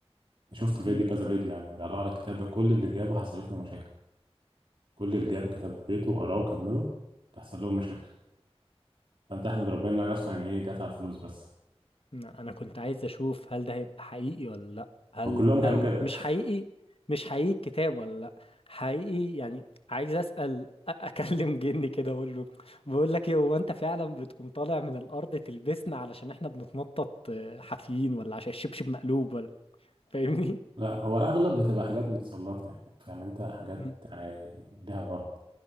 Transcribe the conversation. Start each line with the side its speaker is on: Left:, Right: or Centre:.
Right: شفت فيديو
Left: مم.
Right: كذا فيديو يعني بيعلقوا على الكتاب ده كل اللي جابه حصلت له مشاكل كل اللي جاب الكتاب في بيته وقراه وكمله تحصل لهم مشاكل فانت احمد ربنا انك اصلا يعني ايه جت على الفلوس بس
Left: انا أنا كنت عايز اشوف هل ده هيبقى حقيقي ولا لا هل
Right: هو كلهم
Left: هل
Right: كانوا كده
Left: مش حقيقي مش حقيقي الكتاب ولا لا حقيقي يعني عايز اسال أ- اكلم جني كده اقول له بقول لك ايه هو انت فعلا بتقوم طالع من الارض تلبسنا علشان احنا بنتنطط آه، حافيين ولا عشان الشبشب مقلوب ولا <laughs> فاهمني
Right: لا هو الاغلب بتبقى حاجات متسلطه يعني فاهم انت حاجات
Left: مم.
Right: يعني ليها غرض